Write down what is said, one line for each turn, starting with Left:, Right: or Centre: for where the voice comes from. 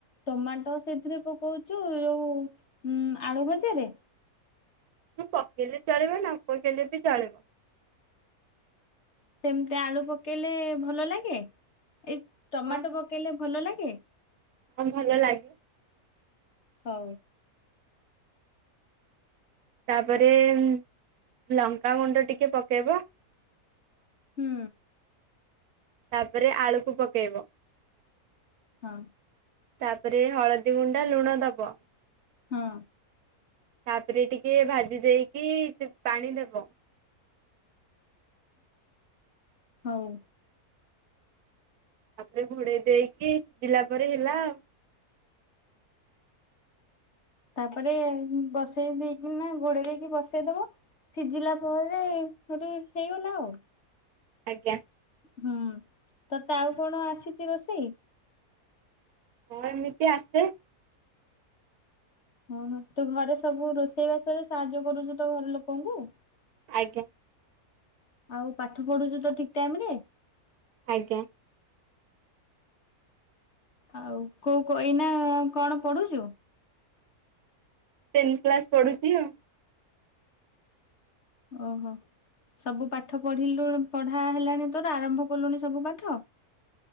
Left: ଟମାଟୋ ସେଥିରେ ପକଉଛୁ ଯୋଉ ଉ-ଉ ଆଳୁ ଭଜାରେ?
Right: ଉ ପକେଇଲେ ଚଳିବ ନ ପକେଇଲେ ବି ଚଳିବ।
Left: ସେମିତି ଆଳୁ ପକେଇଲେ ଭଲ ଲାଗେ, ଏଇ ଟମାଟୋ
Right: ହଁ
Left: ପକେଇଲେ ଭଲ ଲାଗେ?
Right: ହଁ ଭଲ ଲାଗେ।
Left: ହଉ।
Right: ତାପରେ-ଏ-ଏ ଲଙ୍କାଗୁଣ୍ଡ ଟିକେ ପକେଇବ।
Left: ହୁଁ।
Right: ତାପରେ ଆଳୁକୁ ପକେଇବ।
Left: ହଁ।
Right: ତାପରେ ହଳଦୀ ଗୁଣ୍ଡ, ଲୁଣ ଦବ।
Left: ହଁ।
Right: ତାପରେ ଟିକେ ଭାଜି ଦେଇକି ପାଣି ଦବ।
Left: ହଉ।
Right: ତାପରେ ଘୋଡେଇ ଦେଇକି ସିଝିଲା ପରେ ହେଲା ଆଉ।
Left: ତାପରେ ବସେଇ ଦେଇକିନା ଘୋଡେଇ ଦେଇକି ବସେଇଦବ। ସିଝିଲା ପରେ ସେଠୁ ହେଇଗଲା ଆଉ।
Right: ଆଜ୍ଞା।
Left: ହୁଁ ତତେ ଆଉ କଣ ଆସିଛି ରୋଷେଇ?
Right: ହଁ ଏମିତି ଆସେ।
Left: ଓହୋ ତୁ ଘରେ ସବୁ ରୋଷେଇବାସରେ ସାହାଯ୍ୟ କରୁଛୁ ତ ଘର ଲୋକଙ୍କୁ।
Right: ଆଜ୍ଞା।
Left: ଆଉ ପାଠ ପଢୁଛୁ ତ ଠିକ ଟାଇମରେ?
Right: ଆଜ୍ଞା।
Left: ଆଉ କୋଉ କ ଏଇନା କଣ ପଢୁଛୁ?
Right: ଟେନ୍ କ୍ଲାସ ପଢୁଛି ଆଉ।
Left: ଓହୋ ସବୁ ପାଠ ପଢିଲୁଣୁ ପଢା ହେଲାଣି ତୋର ଆରମ୍ଭ କଲୁଣି ସବୁ ପାଠ।